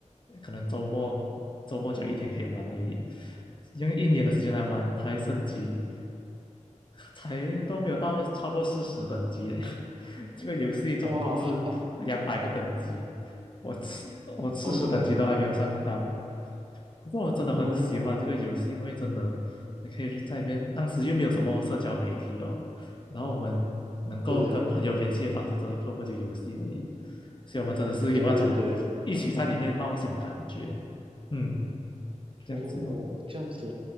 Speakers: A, on the left (about 40°); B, on the right (about 40°).
A: 可能周末周末就一天可以玩而已。
B: 嗯
A: 用一年的时间来玩，
B: 哦，
A: 才升级，才都没有到超过四十等级嘞。<laughs> 这个游戏总共是两百个等级，
B: 哇，
A: 我四我四十等级都还没有上到，
B: 哦
A: 不过我真的很喜欢这个游戏，
B: 哦，
A: 因为真的你可以在里面，当时又没有什么社交媒体哦，然后我们能够跟朋友联系的方式，
B: 对
A: 只是透过这个游戏而已，所以我们真的是有那种一起在里面冒险的感觉，
B: 对对对，
A: 嗯，这样子哦，
B: 哦，这样子